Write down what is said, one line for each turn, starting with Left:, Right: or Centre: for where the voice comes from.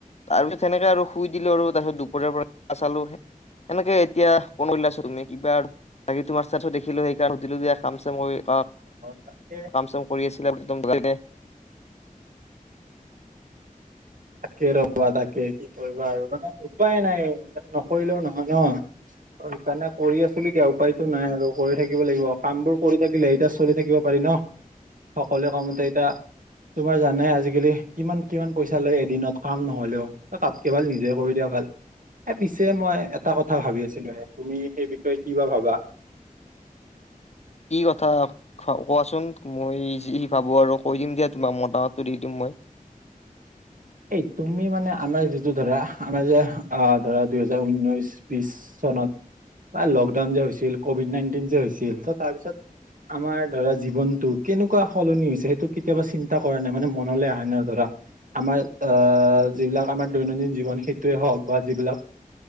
Left: তাৰপিছত সেনেকে আৰু শুই দিলোঁ আৰু তাৰপিছত দুপৰীয়াৰ পৰা <unintelligible> চালোঁ। এনেকে এতিয়া বন উলাইছো তুমি কিবা বাকি তোমাৰ <unintelligible> দেখিলোঁ। সুধিলো যে কাম চাম কৰি ঘৰত
Right: অ', তাকেই।
Left: কাম চাম কৰি আছিল একদম। <unintelligible>
Right: তাকে ৰবা তাকে কি কৰিবা আৰু মানে উপায় নাই মানে নকৰিলেও নহয় ন। সেইকাৰণে কৰি আছিলোঁ এতিয়া, উপায়তো নাই আৰু কৰি থাকিব লাগিব, কাম বোৰ কৰি থাকিলে এতিয়া চলি থাকিব পাৰি ন। সকলো কামতেই এতিয়া, তোমাৰ জানাই আজিকালি কিমান, কিমান পইচা লয়। দিনত কাম নহলেও, তাতকে ভাল নিজে কৰি দিয়া ভাল। এ পিছে মই এটা কথা ভাবি আছিলোঁ হে, তুমি সেই বিষয়ে কি বা ভাবা।
Left: কি কথা? কোৱাচোন মই যি ভাবোঁ আৰু কৈ দিম দিয়া তোমাক, মতামতটো দি দিম মই।
Right: এই তুমি মানে আমাৰ যিটো ধৰা আমাৰ যে আ ধৰা দুইহেজাৰ ঊনৈশ বিশ চনত বা লকডাউন যে হৈছিল, কভিড নাইনটিন যে হৈছিল, ত' তাৰপিছত আমাৰ ধৰা জীৱনটো কেনেকুৱা সলনি হৈছে, সেইটো কেতিয়াবা চিন্তা কৰানে? মানে মনলৈ আহে নে ধৰা। আমাৰ আ, যিবিলাক আমাৰ দৈনন্দিন জীৱন, সেইটোৱেই হওক বা যিবিলাক